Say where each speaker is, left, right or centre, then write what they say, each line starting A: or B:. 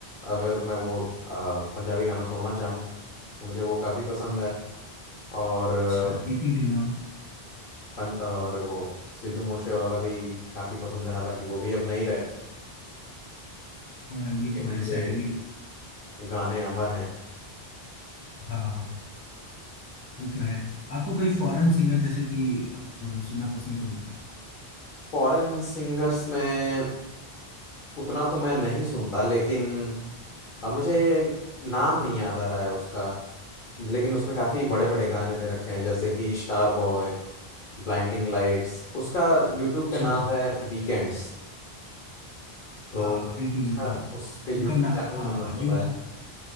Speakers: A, on the left; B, on the left.
A: अगर मैं वो आ, पंजाबी गाना सुनना चाहूँ तो मुझे वो काफ़ी पसंद है और
B: अच्छा
A: आ,
B: एपी डिलॉन
A: पं, और वो सिद्धू मूसे वाला भी काफ़ी पसंद है हालांकि वो भी अब नहीं रहे
B: हाँ ये
A: लेकिन
B: तो है
A: उनके
B: सैडली
A: गाने अमर हैं
B: हाँ हाँ ये तो है आपको कोई फॉरेन सिंगर जैसे कि आप सुनना पसंद करोगे
A: फॉरेन सिंगर्स में उतना तो मैं नहीं सुनता लेकिन अब मुझे नाम नहीं याद आ रहा है उसका लेकिन उसने काफ़ी बड़े बड़े गाने दे रखे हैं जैसे कि स्टार बॉय ब्लाइंडिंग लाइट्स उसका यूट्यूब
B: अच्छा
A: पे नाम
B: अच्छा
A: है वीकेंड्स तो
B: हाँ बिल्कुल
A: उसका
B: बिल्कुल
A: उसके यूट्यूब
B: उनका ना
A: चैनल
B: हाँ
A: का नाम
B: जो
A: पता है